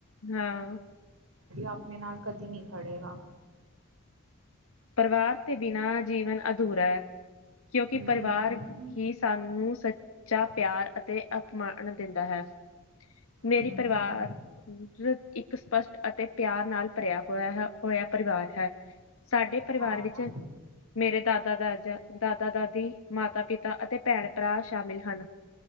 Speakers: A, on the left; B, on the right.
A: ਹਾਂ
B: ਆਪਣੇ ਨਾਲ ਕਦੀ ਨਹੀਂ ਖੜ੍ਹੇਗਾ।
A: ਪਰਿਵਾਰ ਤੇ ਬਿਨਾਂ ਜੀਵਨ ਅਧੂਰਾ ਹੈ। ਕਿਉਂਕਿ
B: ਹਮ
A: ਪਰਿਵਾਰ
B: ਹਮ
A: ਹੀ। ਸਾਨੂੰ ਸੱਚਾ ਪਿਆਰ ਅਤੇ ਅਪਮਾਨ ਦਿੰਦਾ ਹੈ ਮੇਰੀ
B: ਹਮ
A: ਪਰਿਵਾਰ ਇੱਕ ਸਪਸ਼ਟ ਅਤੇ ਪਿਆਰ ਨਾਲ ਭਰਿਆ ਹੋਇਆ ਹੋਇਆ ਪਰਿਵਾਰ ਹੈ ਸਾਡੇ ਪਰਿਵਾਰ
B: ਹਾਂ
A: ਵਿੱਚ ਮੇਰੇ ਦਾਦਾ ਦਾਜਾ ਦਾਦਾ ਦਾਦੀ ਮਾਤਾ ਪਿਤਾ ਅਤੇ ਭੈਣ ਭਰਾ ਸ਼ਾਮਿਲ ਹਨ।